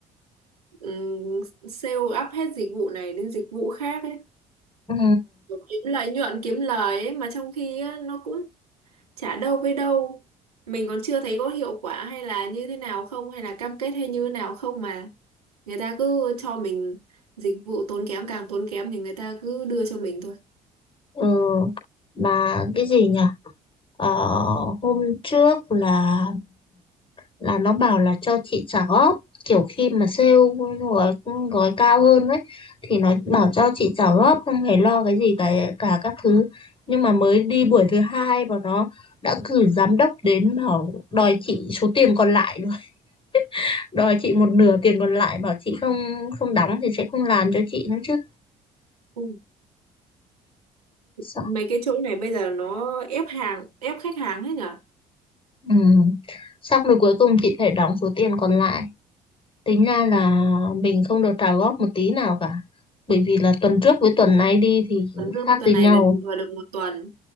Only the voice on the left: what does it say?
Ừ.
Ừ, mà cái gì nhỉ? Ờ, hôm trước là là nó bảo là cho chị trả góp kiểu khi mà sale gói gói cao hơn ấy thì nó bảo cho chị trả góp không phải lo cái gì cả cả các thứ nhưng mà mới đi buổi thứ hai và nó đã cử giám đốc đến bảo đòi chị số tiền còn lại rồi <laughs> đòi chị một nửa tiền còn lại bảo chị không không đóng thì sẽ không làm cho chị nữa chứ
Sao?
Ừ. Xong rồi cuối cùng chị phải đóng số tiền còn lại Tính ra là mình không được trả góp một tí nào cả. Bởi vì là tuần trước với tuần này đi thì
khác
đi
nhau.